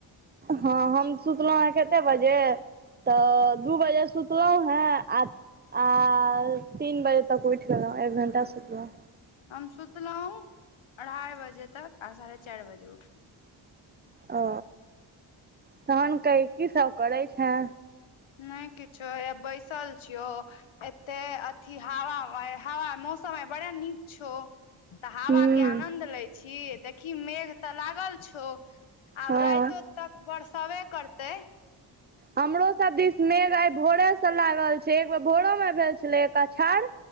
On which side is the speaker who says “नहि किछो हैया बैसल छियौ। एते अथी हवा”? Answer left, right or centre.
Left